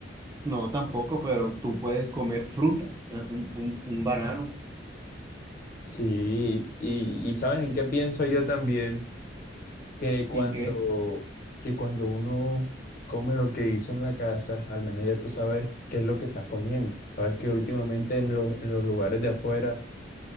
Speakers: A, on the right (about 20°); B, on the left (about 50°).
A: No, tampoco, pero tú puedes comer fruta, ¿eh? un, un, un banano,
B: Sí, y, y ¿sabes en qué pienso yo también? que cuando,
A: ¿sin qué?
B: que cuando uno come lo que hizo en la casa, al menos ya tú sabes qué es lo que estás comiendo. Sabes que últimamente en, los en los lugares de afuera